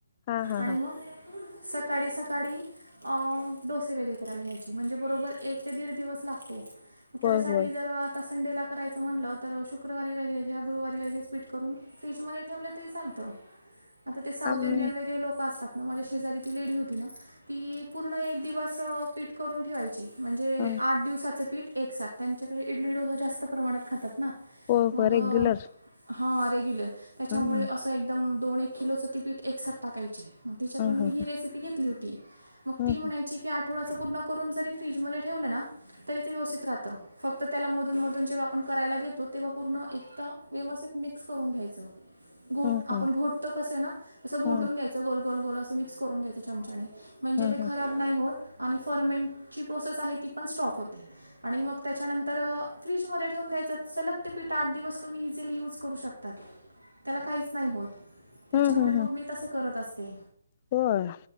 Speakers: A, on the left (about 30°); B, on the right (about 80°).
A: हा हा
B: आणि
A: हा
B: मग सकाळी सकाळी अ डोसे वगैरे करायला घ्यायचे. म्हणजे बरोबर एक ते दीड दिवस लागतो त्याच्यासाठी
A: होय होय
B: जर आत्ता. संडेला करायचं म्हणलं तर शुक्रवारी वगैरे किंवा गुरुवारी वगैरच पीठ करून फ्रीजमध्ये ठेवलं तरी चालतं. <inaudible> आता ते साऊथ
A: आम्ही
B: इंडियन वेगळे लोकं असतात ना माझ्या शेजारी ती लेडी होती ना ती पूर्ण एक दिवस अ पीठ करून ठेवायची म्हणजे
A: ह
B: आठ दिवसाचं पीठ एक साथ त्यांच्याकडे इडली डोसा जास्त प्रमाणात खातात. ना
A: हो
B: मग
A: हो
B: अ,
A: रेग्युलर.
B: हां रेग्युलर त्याच्यामुळे
A: हम्म
B: असं एकदम दोन एक किलोचं ते पीठ एकसाथ टाकायची. तिच्याकडून
A: हम्म
B: मी ही रेसिपी घेतली होती मग
A: हम्म
B: ती म्हणायची की आठवड्याचं पूर्ण करून जरी फ्रीज मध्ये ठेवलं ना तरी ते व्यवस्थित राहत. फक्त त्याला मधून मधून जेव्हा आपण करायला घेतो तेव्हा पूर्ण एकदा व्यवस्थित मिक्स करून घ्यायचं. घोट
A: हम्म
B: आपण
A: हम्म
B: घोटतो कस ना तसं घोटून
A: हम्म
B: घ्यायचं गोल गोल गोल असं मिक्स करून घ्यायचं चमच्याने. म्हणजे
A: हम्म
B: ते खराब नाही होत आणि पमेंटची प्रोसेस आहे ती पण स्टॉप होते आणि मग त्याच्यानंतर अ फ्रीजमध्ये ठेवून घ्यायचं. सलग ते पीठ आठ दिवस तुम्ही इझिली यूज करू शकतात. त्याला काहीच नाही होत त्याच्यामुळे
A: हम्म हम्म
B: मग
A: हम्म
B: मी तसं करत असते.
A: होय